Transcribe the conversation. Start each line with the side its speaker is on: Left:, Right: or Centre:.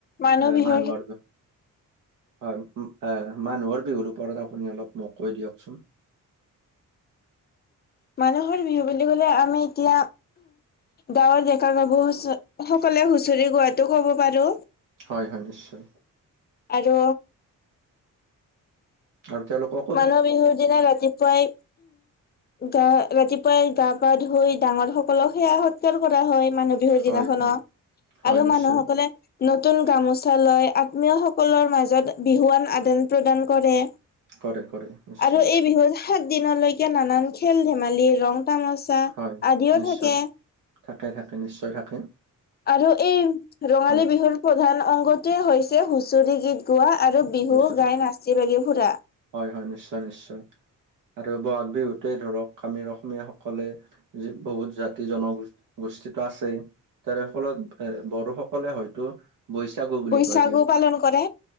Left: মানুহ
Right: এ
Left: বিহুৰ
Right: মানুহৰ হয় মানুহৰ বিহুৰ ওপৰত আপুনি অলপ মোক কৈ দিয়কচোন।
Left: মানুহৰ বিহু বুলি ক'লে আমি এতিয়া গাঁৱৰ ডেকা গাভৰু সকলে হুঁচৰি গোৱাটো কব পাৰো।
Right: হয় হয় নিশ্চয়।
Left: আৰু
Right: আৰু তেওঁলোকক
Left: মানুহ বিহুৰ দিনা ৰাতিপুৱাই গা ৰাতিপুৱাই গা পা ধুই ডাঙৰ সকলক সেৱা সৎকাৰ কৰা হয় মানুহ বিহুৰ দিনাখনত
Right: হয় হয় হয়
Left: আৰু
Right: নিশ্চয়
Left: মানুহসকলে নতুন গামোচা লৈ আত্মীয় সকলৰ মাজত বিহুৱান আদান প্ৰদান কৰে।
Right: কৰে কৰে। নিশ্চয়
Left: আৰু এই বিহুত সাত দিনলৈকে নানান খেল ধেমালি ৰং তামাচা
Right: হয়
Left: আদিও
Right: নিশ্চয়
Left: থাকে।
Right: থাকে থাকে নিশ্চয় থাকে।
Left: আৰু এই ৰঙালী
Right: হয়
Left: বিহুৰ প্ৰধান অংগটোৱে হৈছে হুচৰি গীত গোৱা আৰু বিহু
Right: বছৰে
Left: গাই নাচি বাগি ফুৰা।
Right: হয় হয় নিশ্চয় নিশ্চয় আৰু বহাগ বিহুতেই ধৰক আমী অসমীয়াসকলে যি বহুত জাতি জন গোষ্ঠীটো আছেই। তোৰ ফলত এ বড়োসকলে হয়তো বৈ চাগু বুলি
Left: বৈশাগু
Right: কয় বিহু
Left: পালন কৰে